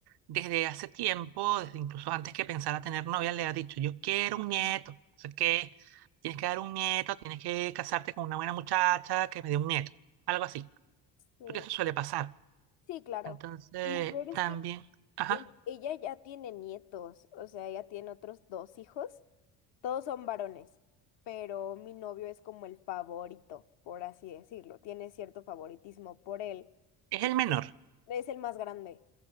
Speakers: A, on the right; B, on the left.
A: desde hace tiempo, desde incluso antes que pensara tener novia, le ha dicho, yo quiero un nieto, o sea que tienes que dar un nieto, tienes que casarte con una buena muchacha que me dé un nieto, algo así,
B: sí,
A: porque eso suele pasar.
B: sí, claro.
A: Entonces,
B: Lo peor es
A: también,
B: que
A: ajá,
B: e- ella ya tiene nietos, o sea, ella tiene otros dos hijos. Todos son varones, pero mi novio es como el favorito, por así decirlo. Tiene cierto favoritismo por él
A: es
B: y
A: el menor,
B: es el más grande.